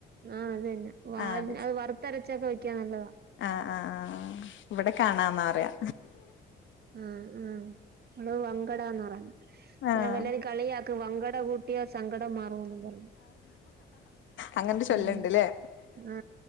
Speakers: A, on the right; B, on the left.
A: ആഹ് അത് തന്നെ വാ
B: ആഹ് ടേസ്റ്റ്
A: അത് വറുത്തരച്ചൊക്കെ വെക്കാ നല്ലതാ.
B: ആഹ് ആഹ് ആഹ് ഇവിടെ കണാന്ന പറയാ.
A: ആഹ് ആഹ് ഇവിടെ മങ്കടന്ന് പറ
B: ആഹ്
A: വല്ലരു കളിയക്ക് മങ്കട കൂട്ടിയ സങ്കടം മാറുവെന്ന് പറഞ്ഞു.
B: അങ്ങന ചൊല്ലണ്ട്ല്ലേ
A: ഉം. ആ